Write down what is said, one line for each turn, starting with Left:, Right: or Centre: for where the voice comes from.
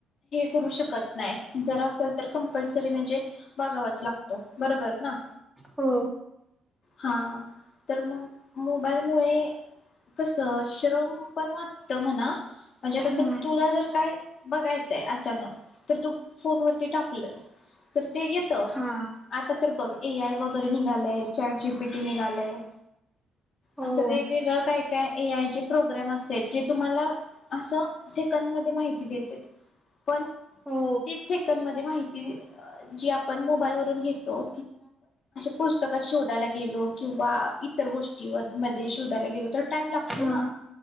Left: करू शकत. नाही जर असेल तर कंपल्सरी म्हणजे बघावाच लागतो बरोबर ना
Centre: हो
Left: हा तर मग मोबाईल मुळे कस श्रम पण वाचत म्हणा म्हणजे आता
Centre: हा
Left: तर तुला जर काय बघायचंय अचानक. तर तू फोनवररती टाकलस तर ते येत
Centre: हा
Left: आता तर बघ ए आय वगैरे निघालय चॅट जीपीटी निघालय
Centre: हो
Left: असं वेगवेगळं काय काय ए आयचे प्रोग्राम असते जे तुम्हाला असं सेकड मध्ये माहिती देते पण.
Centre: हो
Left: तीस सेकंद मधे माहिती अ जी आपण मोबाईल वरून घेतो पुस्तकात शोधायला गेलो किंवा इतर गोष्टी मध्ये शोधायला गेलो तर टाइम लागतो
Centre: हा
Left: ना